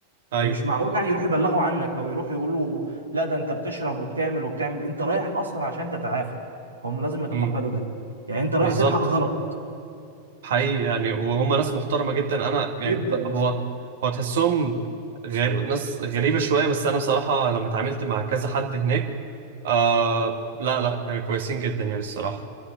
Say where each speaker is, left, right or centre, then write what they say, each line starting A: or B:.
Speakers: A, on the right; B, on the right.
A: ايوه
B: فمش معقول يعني يروحوا يبلغوا عنك أو يروحوا يقولوا لا ده أنت بتشرب وبتعمل وبتعمل أنت رايح أصلا عشان تتعافى فهم لازم يتقبلوا
A: امم
B: ده يعني أنت رايح
A: بالظبط
B: تلحق غلط
A: حقيقي يعني وهم ناس محترمة جدا أنا
B: جدا
A: يعني ب-
B: يا
A: هو
B: اسطى
A: هو تحسهم غير ناس غريبة شوية بس أنا بصراحة لما اتعاملت مع كذا حد هناك آه لا لا كانوا كويسين جدا يعني الصراحة